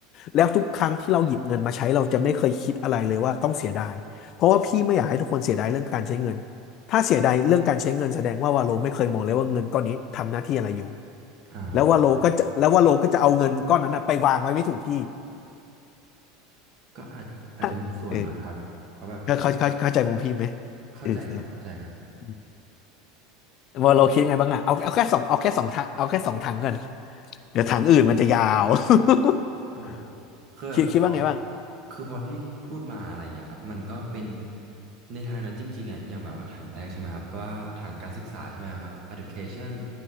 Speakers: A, on the left; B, on the right.
A: แล้วทุกครั้งที่เราหยิบเงินมาใช้เราจะไม่เคยคิดอะไรเลยว่าต้องเสียดายเพราะว่าพี่ไม่อยากให้ทุกคนเสียดายเรื่องการใช้เงินถ้าเสียดายเรื่องการใช้เงินแสดงว่าวาโลไม่เคยมองเลยว่าเงินก้อนนี้ทำหน้าที่อะไรอยู่
B: อ่า
A: แล้ววาโลก็จะแล้ววาโลก็จะเอาเงินก้อนนั้นนะไปวางไว้ไม่ถูกที่
B: ก็อาจอาจจะมีส่วนด้วยครับเพราะแบบช่วง
A: ฮะเออเข้าเข้าเข้าเข้าใจมุมพี่ไหม
B: เข้าใจครับเข้าใจครับ
A: เออเอออวาลคิดไงบ้างอะเอาเอาแค่สองเอาแค่สองทางเอาแค่สองทางกันเดี๋ยวทางอื่นมันจะยาว <laughs>
B: โอ้คือแบบพอ
A: คิดคิดว่าไงบ้าง
B: คือพอพี่พูดมาอะไรเงี้ยครับมันก็เป็นในทางนั้นจริงๆอ่ะอย่างแบบว่าถังแรกใช่ไหมครับว่าถังการศึกษาใช่ไหมครับ education